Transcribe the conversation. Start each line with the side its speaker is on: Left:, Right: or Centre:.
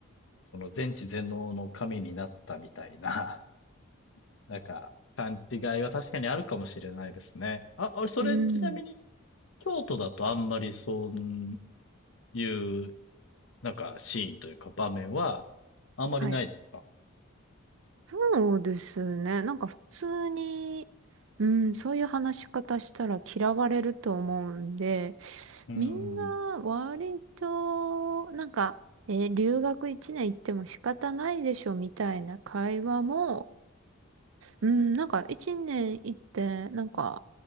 Left: その全知全能の神になったみたいな、なんか、勘違いは確かにあるかもしれないですね。あ、あそれ、
Right: うん。
Left: ちなみに、京都だとあんまりそういう、なんか、シーンというか場面は、あんまりないですか
Right: はい。そうですね。なんか普通に、うん、そういう話し方したら嫌われると思うんで、
Left: うーん。
Right: みんな割と、なんか、えー留学1年行っても仕方ないでしょみたいな会話も、うん、なんか1年行って、なんか、